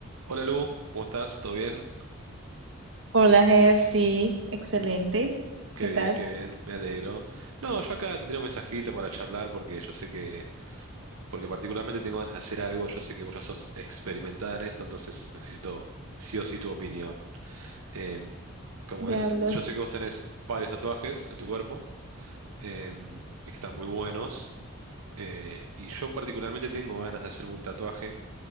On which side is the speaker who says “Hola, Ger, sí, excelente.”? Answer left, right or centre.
Right